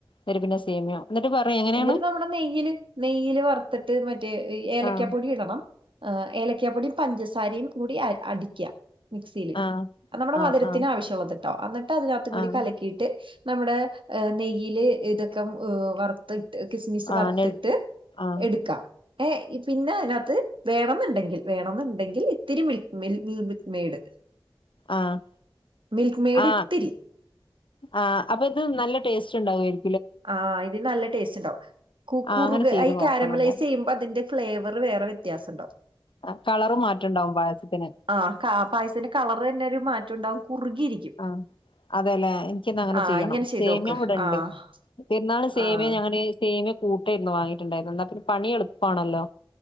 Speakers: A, on the left; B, on the right.
A: അയില് പിന്നെ സേമിയോ എന്നിട്ട് പറയ് എങ്ങനെയാണ്
B: എന്നിട്ട് നമ്മടെ നെയ്യില് നെയ്യില് വറുത്തിട്ട് മറ്റേ ഏലക്കപ്പൊടി
A: ആഹ്
B: ഇടണം. ആഹ് ഏലയ്ക്കാ പ്പൊടിയും പഞ്ചസാരയും കൂടി അ അടിക്കാ മിക്സീല്
A: ആഹ്
B: അത് നമ്മുടെ മധുരത്തിന്
A: ആഹ് ആഹ്
B: ആവശ്യള്ളത് ട്ടോ എന്നിട്ട് അതിനകത്തും കൂടി
A: ആഹ്
B: കലക്കീട്ട് നമ്മുടെ ഏഹ് നെയ്യില് ഇതൊക്കെ ഏഹ് വർ ത്തിട്ട് കിസ്മിസ്
A: ആഹ്
B: വറുത്തിട്ട്
A: നെ ആഹ്
B: എടുക്കാം. ഏഹ് പിന്നെ അയിനകത്ത് വേണന്നുണ്ടെങ്കിൽ വേണന്നുണ്ടെങ്കിൽ ഇത്തിരി മിൽക്ക് മിൽക്ക് <unintelligible> മെയ്ഡ്
A: ആഹ്
B: മിൽക്ക് മെയ്ഡ്
A: ആഹ്
B: ഇത്തിരി
A: ആഹ് അപ്പൊ ഇത് നല്ല ടേസ്റ്റ് ഉണ്ടാവൊരി
B: ആഹ് ഇത് നല്ല ടേസ്റ്റ് ഉണ്ടാവും കു
A: ആഹ്
B: കുറുക്
A: അങ്ങനെ ചെയ്ത്
B: ഈ കാരമലൈസ്
A: നോക്കണം എന്നാല്
B: ചെയ്യു മ്പൊ അതിന്റെ ഫ്ലേവറ് വേറെ വ്യത്യാസണ്ടാവും.
A: ആഹ് കളറ് മാറ്റണ്ടാവും പായസത്തിന്
B: ആഹ് ക പായസത്തിന്റെ കളറെന്നെ ഒരു മാറ്റം ഉണ്ടാകും കുറുകിയിരി
A: ആഹ് അതെല്ലേ എനിക്കിന്നങ്ങനെ
B: ആഹ്
A: ചെയ്യണം
B: ഇങ്ങനെ ചെയ്തോക്ക്
A: സെമിയം ഇവിടെണ്ട്.
B: ആഹ്
A: പെരുന്നാളിന് സേമിയ
B: ആഹ്
A: ഞാന് സേമിയ കൂട്ടായിരുന്നു വാങ്ങിട്ടുണ്ടായിരുന്നേ എന്നാ പിന്നെ പണി എളുപ്പാണല്ലോ